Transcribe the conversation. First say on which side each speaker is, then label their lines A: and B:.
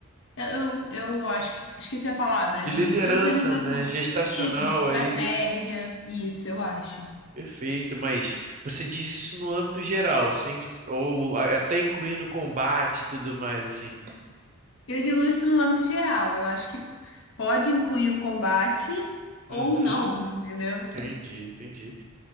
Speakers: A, on the left; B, on the right.
A: Eu, eu, eu acho que esqueci a palavra,
B: De
A: de,
B: liderança,
A: de organização.
B: né? Gestacional
A: Isso, de estratégia.
B: aí.
A: Isso, eu acho.
B: Perfeito, mas você diz isso no âmbito geral, sem, s- ou a- até incluindo combate e tudo mais, assim.
A: Eu digo isso no âmbito geral. Eu acho que pode incluir o combate ou
B: Uhum,
A: não, <laughs> entendeu?
B: entendi, entendi.